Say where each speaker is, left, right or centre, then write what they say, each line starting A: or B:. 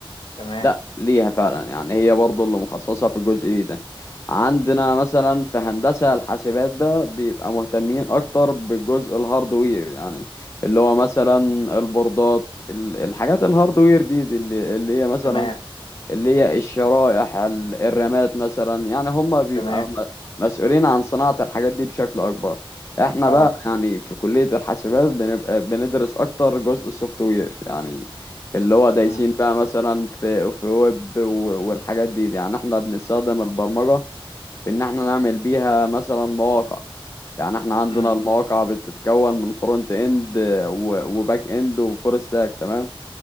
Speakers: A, on the left; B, on the left.
A: تمام
B: لا ليها فعلا يعني هي برضه اللي مخصصة في الجزء ده عندنا مثلا في هندسة الحاسبات ده بيبقى مهتمين أكتر بجزء الهاردوير يعني اللي هو مثلا البوردات ال- الحاجات الهاردوير دي, دي اللي اللي هي مثلا
A: تمام
B: اللي هي الشرائح ال- الرماد مثلا يعني هم بيبقى
A: تمام
B: م- مسؤولين عن صناعة الحاجات دي بشكل أكبر احنا
A: اه
B: بقى يعني في كلية الحاسبات بنبقى بندرس أكتر جزء السوفت وير يعني اللي هو دايسين
A: مم.
B: بقى مثلا في في ويب و- والحاجات دي, دي يعني احنا بنستخدم البرمجة في إن احنا نعمل بيها مثلا مواقع يعني احنا عندنا
A: مم.
B: المواقع بتتكون من فرونت اند وباك اند وفول ستاك تمام